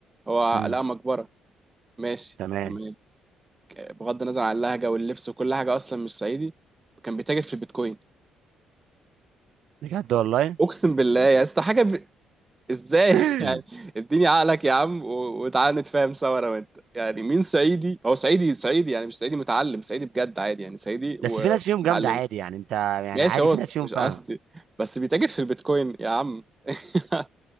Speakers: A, on the right; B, on the right.
A: هو
B: امم
A: لقى مقبره ماشي
B: تمام
A: تمام بغض النظر عن اللهجه واللبس وكل حاجه اصلا مش صعيدي كان بيتاجر في البيتكوين
B: بجد والله
A: اقسم بالله يا اسطى حاجه ب... ازاي
B: <clears throat>
A: <laughs> يعني
B: <laughs>
A: اديني عقلك يا عم و... وتعالى نتفاهم سوا انا وانت يعني مين صعيدي هو صعيدي صعيدي يعني مش صعيدي متعلم صعيدي بجد عادي يعني صعيدي ومتعلم
B: بس في ناس فيهم جامده عادي يعني انت يعني
A: ماشي
B: عادي
A: هو
B: في
A: ص-
B: ناس فيهم
A: مش
B: فاهم
A: قصدي بس بيتاجر في البيتكوين يا عم <laughs>